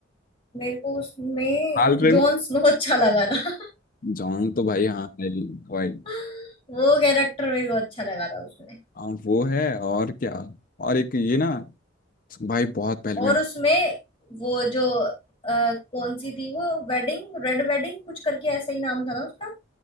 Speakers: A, on the left; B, on the left.
A: मेरे को उसमें
B: हाल ट्रेगो
A: जॉन स्नो अच्छा लगा था
B: जॉन तो भाई हाँ है ही, भाई
A: <laughs> वो कैरेक्टर मेरे को अच्छा लगा था उसमें
B: और वो है और क्या और एक ये ना भाई बहुत पहले मैंने
A: और उसमें वो जो अ, कौन सी थी वो वेडिंग रेड वेडिंग कुछ करके ऐसा ही नाम था ना उसका